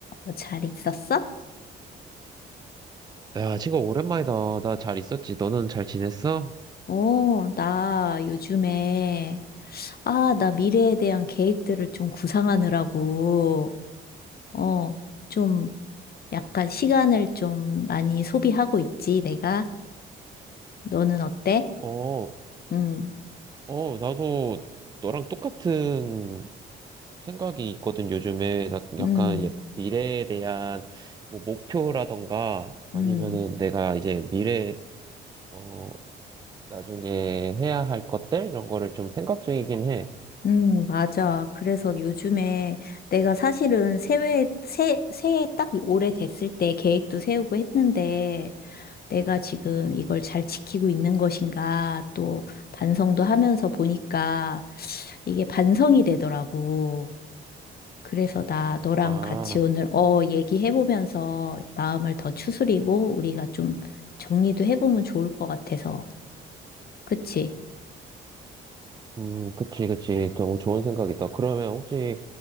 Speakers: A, on the left; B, on the right.
A: 어, 잘 있었어?
B: 야, 친구, 오랜만이다. 나 잘 있었지? 너는 잘 지냈어?
A: 오, 나 요즘에, 아, 나 미래에 대한 계획들을 좀 구상하느라고, 어, 좀 약간 시간을 좀 많이 소비하고 있지, 내가. 너는 어때?
B: 어,
A: 음,
B: 어, 나도 너랑 똑같은 생각이 있거든, 요즘에. 나 약간
A: 음,
B: 예- 미래에 대한 뭐 목표라던가 아니면은
A: 음,
B: 내가 이제 미래, 어, 나중에 해야 할 것들? 이런 거를 좀 생각 중이긴 해.
A: 음, 맞아. 그래서 요즘에 내가 사실은 새해, 새, 새해 딱 올해 됐을 때 계획도 세우고 했는데, 내가 지금 이걸 잘 지키고 있는 것인가 또 반성도 하면서 보니까 이게 반성이 되더라고. 그래서 나 너랑
B: 아,
A: 같이 오늘 어 얘기해보면서 마음을 더 추스리고 우리가 좀 정리도 해보면 좋을 것 같아서. 그치?
B: 음, 그치, 그치. 너무 좋은 생각이다. 그러면 혹시